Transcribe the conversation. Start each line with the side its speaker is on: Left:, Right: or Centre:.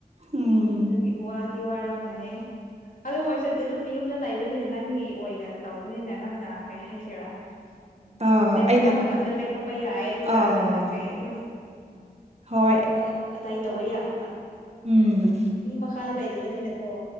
Right: ꯎꯝ
Left: ꯑꯗꯨꯒꯤ ꯋꯥꯗꯤ ꯋꯥꯔꯝꯒꯅꯦ ꯑꯗꯨꯕꯨ ꯑꯣꯏꯔꯁꯨ ꯑꯗꯨꯝ ꯌꯨꯝꯗ ꯂꯩꯕꯅꯤꯅ ꯅꯪꯒꯤ ꯑꯣꯏꯅ ꯇꯧꯕꯅꯤꯅ ꯅꯪꯅ ꯀꯩ ꯍꯥꯏꯁꯤꯔꯥ ꯎꯝ
Right: ꯑꯥ
Left: ꯂꯦꯞꯈꯠꯄ
Right: ꯑꯩꯅ
Left: ꯃꯇꯝꯗ ꯂꯦꯞꯈꯠꯄ ꯌꯥꯏ ꯑꯗꯨꯒ
Right: ꯑꯥ
Left: ꯅꯪꯅ ꯀꯩ ꯑꯗꯨꯝ
Right: ꯍꯣꯏ
Left: ꯇꯧꯅꯤꯡꯕ ꯑꯇꯩ ꯇꯧꯕ ꯌꯥꯏꯕ
Right: ꯎꯝ
Left: ꯃꯤ ꯃꯈꯥꯗ ꯂꯩꯇꯕꯅꯤꯅꯀꯣ